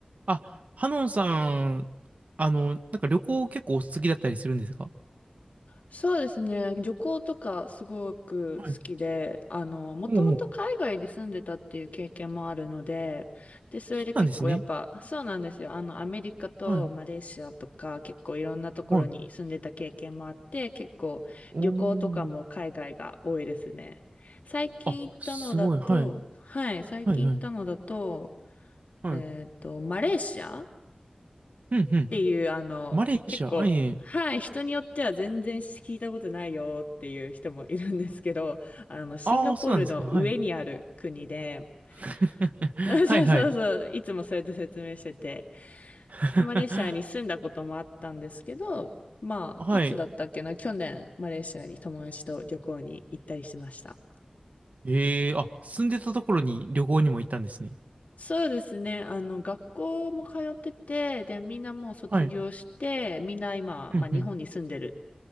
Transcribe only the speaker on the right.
あ、ハノンさん、あの、なんか旅行結構お好きだったりするんですか
はい。
おうおう、
そうなんですね。
はい。
はい。
おお。
あ、すごい。はい。
はい、はい。はい。
うん、
うん。
マレーシア、
はいえいえ。
ああ、そうなんですか。はい。<laughs>
はい、はい。<laughs>
はい。
ええあ、住んでたところに旅行にも行ったんですね。
はい。
うん、
うん。